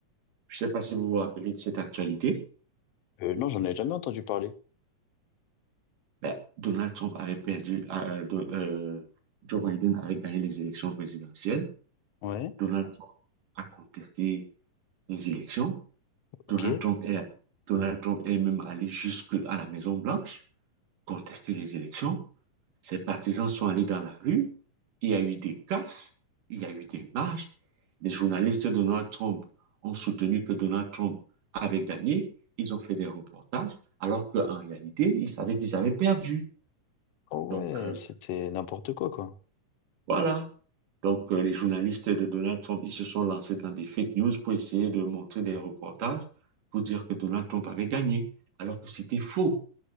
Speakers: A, on the right (about 75°); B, on the left (about 60°).
A: Je ne sais pas si vous vous rappelez de cette actualité.
B: Euh, non, j'en ai jamais entendu parler.
A: Ben, Donald Trump avait perdu, euh, de, euh, Joe Biden avait gagné les élections présidentielles.
B: Ouais,
A: Donald Trump a contesté les élections. Donald
B: ok.
A: Trump est, Donald Trump est même allé jusqu'à la Maison Blanche contester les élections. Ses partisans sont allés dans la rue. Il y a eu des casses, il y a eu des marches. Les journalistes de Donald Trump ont soutenu que Donald Trump avait gagné. Ils ont fait des reportages, alors qu'en réalité, ils savaient qu'ils avaient perdu.
B: Oh ouais,
A: Donc, euh,
B: c'était n'importe quoi, quoi.
A: Voilà. Donc, euh, les journalistes de Donald Trump, ils se sont lancés dans des fake news pour essayer de montrer des reportages pour dire que Donald Trump avait gagné, alors que c'était faux.